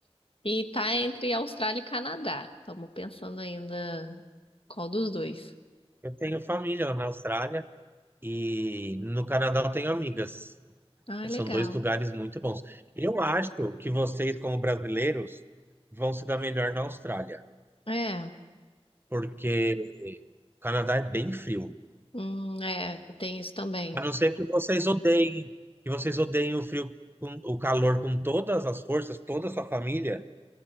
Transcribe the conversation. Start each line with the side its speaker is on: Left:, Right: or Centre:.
Left: e tá entre Austrália e Canadá. Estamos pensando ainda qual dos dois.
Right: Eu tenho família lá na Austrália e no Canadá eu tenho amigas.
Left: Ah, legal.
Right: São dois lugares muito bons. Eu acho que vocês, como brasileiros, vão se dar melhor na Austrália,
Left: É,
Right: porque o Canadá é bem frio.
Left: hum, é, tem isso também.
Right: A não ser que vocês odeiem, que vocês odeiem o frio, com- o calor com todas as forças, toda a sua família,